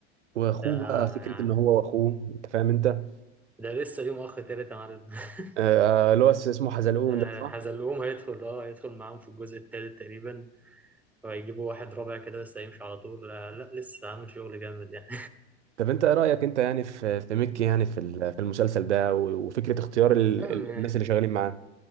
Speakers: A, on the right (about 85°); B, in the centre.
A: وأخوه
B: آه،
A: بقى فكرة إن هو وأخوه أنت فاهم أنت
B: ده لسه ليه مؤخ تالت يا معلم <laughs>
A: آه، اللي هو اسمه حزلقون
B: آه،
A: ده صح؟
B: حزلقوم هيدخل اه هيدخل معاهم في الجزء التالت تقريبا فيجيبوا واحد رابع كده لسه هيمشي على طول لا, لا لسه عامل شغل جامد يعني
A: طب أنت إيه رأيك أنت يعني في في ميكي يعني في ال- في المسلسل ده و- وفكرة اختيار ال-
B: <laughs> أم-
A: ال- الناس اللي شغالين معاه؟